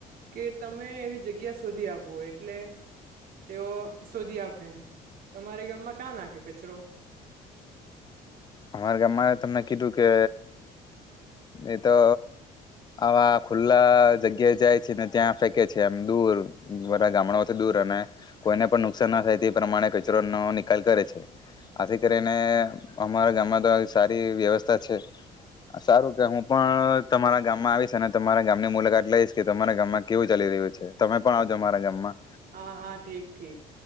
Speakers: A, on the right (about 60°); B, on the left (about 25°).
A: કે તમે એવી જગ્યા શોધી આપો એટલે તેઓ શોધી આપે તમારા ગામમાં ક્યા નાખે કચરો.
B: અમારા ગામમાં તમને કીધું કે એ તો આવા ખુલ્લા જગ્યાએ જાય છે, ને ત્યાં ફેંકે છે, એમ દૂર બધા ગામડાઓથી દૂર અને કોઈને પણ નુકસાન ના થાય તે પ્રમાણે <unintelligible> નિકાલ કરે છે, આથી કરીને. અમારા ગામમાં તો સારી વ્યવસ્થા છે સારું કે હું પણ તમારા ગામમાં આવીશ અને તમારા ગામની મુલાકાત લઈશ કે તમારા ગામમાં કેવું ચાલી રહ્યું છે તમે પણ આવજો અરા ગામમાં.
A: હા હા ઠીક ઠીક.